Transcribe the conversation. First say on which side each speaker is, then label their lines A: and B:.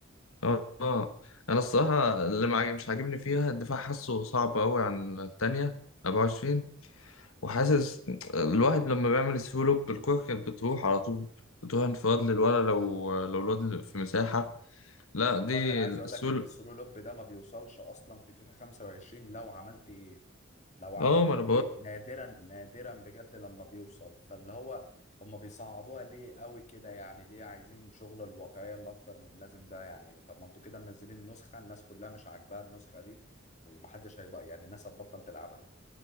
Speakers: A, on the left; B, on the left.
A: اه آه. انا الصراحه اللي ما عاجب- مش عاجبني فيها الدفاع حاسه صعب قوي عن التانية 24 وحاسس الواحد لما بيعمل سلو لوب الكوره كانت بتروح على طول بتروح انفراد للولا لو لو الواد في مساحه لا دي
B: الوقت انا عايز
A: السول
B: اقول لك ان السرو لوب ده ما بيوصلش اصلا في فيفا 25 لو عملت ايه لو عملت
A: اه ما انا
B: ايه نادرا نادرا بجد لما بيوصل فاللي هو هما بيصعبوها ليه قوي كده يعني ليه عايزين شغل الواقعية اللي اكتر من اللازم ده يعني طب ما انتوا كده منزلين نسخة الناس كلها مش عاجباها النسخة دي ومحدش هيبقى يعني الناس هتبطل تلعبها